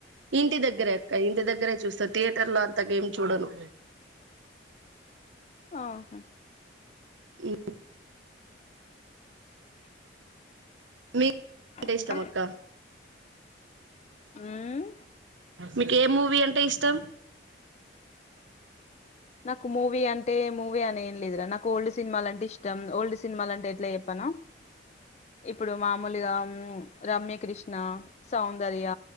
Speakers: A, on the right (about 80°); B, on the left (about 35°).
A: ఇంటి దగ్గరే అక్క ఇంటి దగ్గరే చూస్త థియేటర్ లో అంత గేమ్ చూడను
B: ఆహా
A: మ్ మీక్ అంటే
B: ఇంకా
A: ఇష్టం అక్క
B: మ్మ్
A: మీకే మూవీ అంటే ఇష్టం
B: నాకు మూవీ అంటే మూవీ అని ఏం లేదురా నాకు ఓల్డ్ సినిమాలంటే ఇష్టం ఓల్డ్ సినిమాలంటే ఎట్ల చెప్ప నా ఇప్పుడు మామూలుగా రమ్యకృష్ణ సౌందర్య